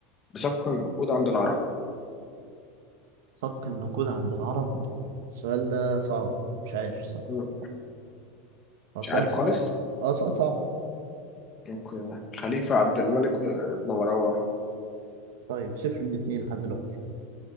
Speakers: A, on the left (about 20°); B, on the right (about 70°).
A: بسك النقود عند العرب؟
B: صك النقود عند العرب السؤال ده صعب مش عارف الصراحة
A: م.
B: هو السؤال
A: مش عارف
B: صعب
A: خالص
B: اه سؤال صعب
A: اوكي خليفة عبد الملك ابن مروان
B: طيب صفر من اتنين لحد دلوقتي